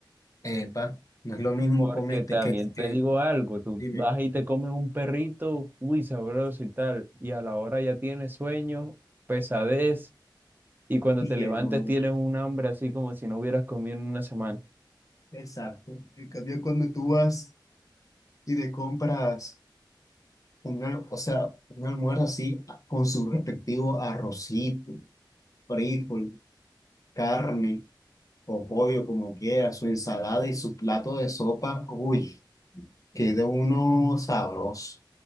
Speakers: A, on the left; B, on the right.
A: Epa, no es lo mismo
B: Porque
A: comerte
B: también
A: que,
B: te
A: que
B: digo algo, tú
A: dime.
B: vas y te comes un perrito, uy, sabroso y tal, y a la hora ya tienes sueño, pesadez, y cuando
A: Y
B: te
A: llenura.
B: levantes tienes un hambre así como si no hubieras comido en una semana.
A: Exacto. En cambio, cuando tú vas y te compras una o sea, un almuerzo así con su respectivo arrocito, frijol, carne o pollo, como quiera, su ensalada y su plato de sopa. Uy, que de uno sabroso,